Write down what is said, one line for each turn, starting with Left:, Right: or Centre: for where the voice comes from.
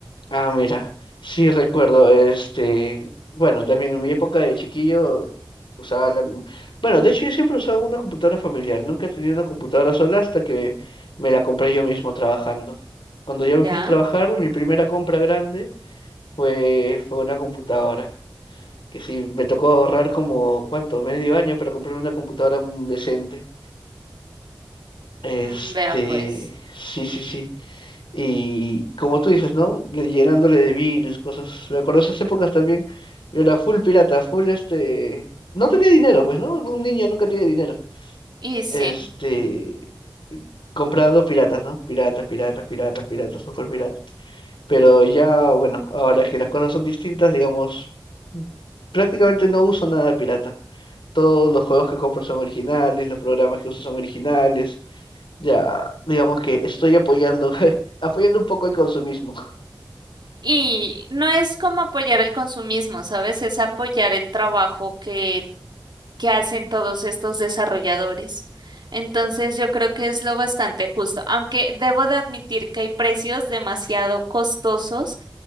Left: Ah, mira. Sí recuerdo, este. Bueno, también en mi época de chiquillo usaba la. Bueno, de hecho yo siempre usaba una computadora familiar. Nunca he tenido una computadora sola hasta que me la compré yo mismo trabajando. Cuando yo me
Right: ¿Ya?
Left: puse a trabajar, mi primera compra grande fue, fue una computadora. Que sí, me tocó ahorrar como, ¿cuánto? Medio año para comprarme una computadora mm, decente. Este,
Right: Mm, Vea pues.
Left: sí, sí, sí. Y como tú dices, ¿no? Le- Llenándole de virus, cosas. Me acuerdo de esas épocas también. Yo era full pirata, full este. No tenía dinero, pues, ¿no? Un niño nunca tiene dinero.
Right: Y sí.
Left: Este. Comprando piratas, ¿no? Piratas, piratas, piratas, piratas, super piratas. Pero ya, bueno, ahora que las cosas son distintas, digamos, prácticamente no uso nada pirata. Todos los juegos que compro son originales, los programas que uso son originales. Ya, digamos que estoy apoyando, <laughs> apoyando un poco el consumismo.
Right: Y no es como apoyar el consumismo, ¿sabes? Es apoyar el trabajo que que hacen todos estos desarrolladores. Entonces yo creo que es lo bastante justo, aunque debo de admitir que hay precios demasiado costosos